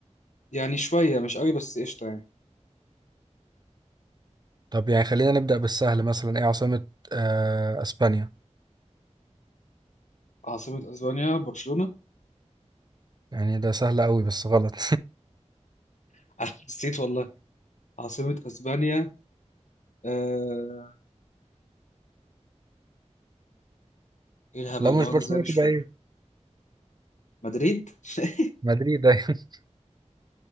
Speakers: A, on the left; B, on the right.
A: يعني شوية مش قوي بس قشطة يعني
B: طب يعني خلينا نبدأ بالسهل مثلا ايه عاصمة آه اسبانيا
A: عاصمة أسبانيا برشلونة؟
B: يعني ده سهل قوي بس غلط
A: <laughs> أنا نسيت والله عاصمة أسبانيا آه... إيه
B: <laughs>
A: الهبل
B: لو
A: ده
B: مش
A: وأنا
B: برشلونة
A: إزاي مش
B: تبقى
A: فاكر
B: ايه
A: مدريد؟ <laughs>
B: مدريد أيوة. <laughs>